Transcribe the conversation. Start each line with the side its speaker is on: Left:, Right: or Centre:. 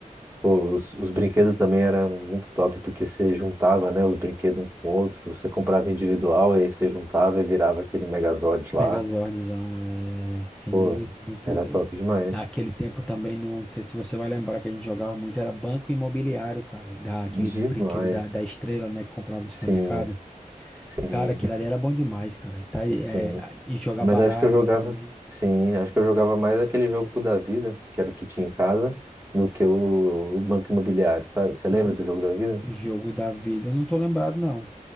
Right: pô, os, os brinquedos também eram muito top porque você juntava, né, os brinquedos um com o outro, você comprava individual e aí você juntava e virava aquele Megazord lá.
Centre: Megazordzão, é. Sim,
Right: Pô,
Centre: muito.
Right: era top
Centre: e-
Right: demais.
Centre: Aquele tempo também, não sei se você vai lembrar que a gente jogava muito, era Banco Imobiliário, cara. Da, aquele
Right: Demais.
Centre: brinquedo da, da estrela, né? Que comprava no
Right: Sim,
Centre: supermercado.
Right: sim,
Centre: Cara, aquilo ali era bom demais, cara. Tá, aí,
Right: sim.
Centre: é, e jogar
Right: Mas
Centre: baralho,
Right: acho que eu jogava,
Centre: né, também.
Right: sim, acho que eu jogava mais aquele jogo da vida, que era o que tinha em casa, do que o, o Banco Imobiliário, sabe? Você lembra
Centre: Ah,
Right: do jogo da vida?
Centre: jogo da vida. Eu não tô lembrado, não.